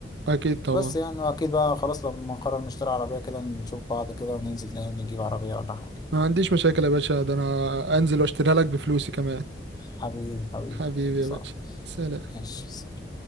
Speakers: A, on the right; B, on the left.
A: أكيد طبعا
B: بس يعني وأكيد بقى خلاص لما نقرر نشتري عربية كده نشوف بعض كده وننزل نجيب عربية ولا حاجة
A: ما عنديش مشاكل يا باشا ده أنا أنزل وأشتريها لك بفلوسي كمان
B: حبيبي حبيبي
A: حبيبي
B: خلاص
A: يا باشا سلام
B: ماشي